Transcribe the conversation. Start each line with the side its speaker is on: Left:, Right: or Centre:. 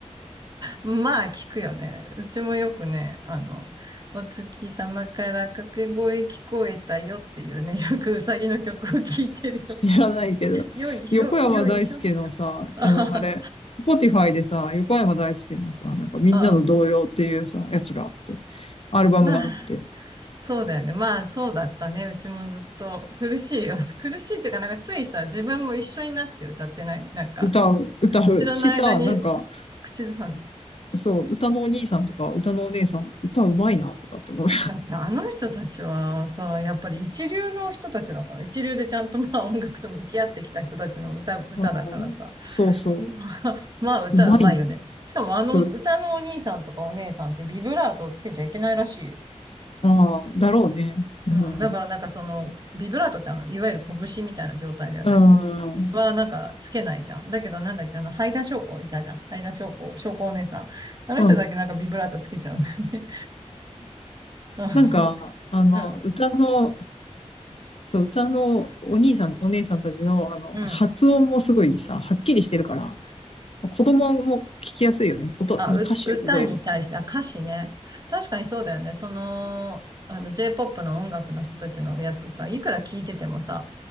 Right: まあ聞くよね。うちもよくね、あの、お月様から掛け声聞こえたよっていうね、<laughs> よくうさぎの曲を聴いてる
Left: 知らないけど、
Right: よ。よいしょ、
Left: 横山大輔のさ、
Right: よいしょって。あ
Left: あの、あれ、Spotify でさ、横山大輔のさ、なんかみんなの童謡っていうさ、
Right: あ、あ
Left: やつがあって、アルバムがあって、
Right: まあ、そうだよね。まあ、そうだったね。うちもずっと苦しいよ。<laughs> 苦しいっていうか、なんかついさ、自分も一緒になって歌ってない。なんか、
Left: 歌う、歌うしさ、
Right: 知らない間に
Left: なんか、
Right: 口ずさんで。
Left: そう、歌のお兄さんとか、歌のお姉さん、歌うまいな、とかって思う。
Right: だってあの人たちはさ、やっぱり一流の人たちだから、一流でちゃんとまあ音楽と向き合ってきた人たちの歌、
Left: <laughs>
Right: 歌だからさ。
Left: うん、そうそ
Right: <laughs> まあ、まあ歌うまいよね。
Left: う、うまいんだ。
Right: しかもあの歌のお兄さんとかお姉さんってビブラートをつけちゃいけないらしいよ。
Left: そう、ああ、だろうね。うん、
Right: うん。だからなんかその、ビブラートってあの、いわゆる拳みたいな状態だよね。
Left: うん、
Right: こ
Left: うん、
Right: うはなんかつけないじゃん。だけどなんだっけ、あの、ハイダ翔子いたじゃん。ハイダ翔子、翔子お姉さん。あの人だけなんかビブラートつけちゃうんだよね。
Left: うん。
Right: <laughs>
Left: なんか、あの、
Right: うん。うん。
Left: 歌のそう、歌のお兄さん、お姉さんたちの、あの、
Right: うん
Left: 発音もすごいさ、はっきりしてるから、子供も聞きやすいよね。音、
Right: あ、
Left: 歌詞を覚えるって。
Right: う、歌に対して、あ、歌詞ね。確かにそうだよね。その、あの、J-POP の音楽の人たちのやつさ、いくら聞いててもさ、